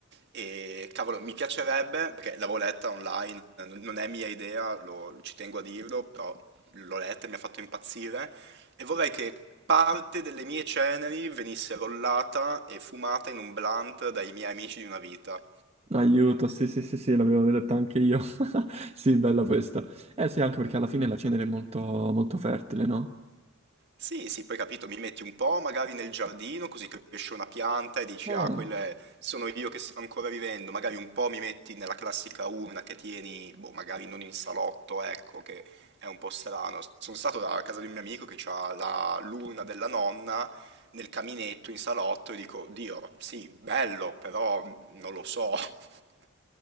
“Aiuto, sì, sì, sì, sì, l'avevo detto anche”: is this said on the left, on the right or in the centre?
Right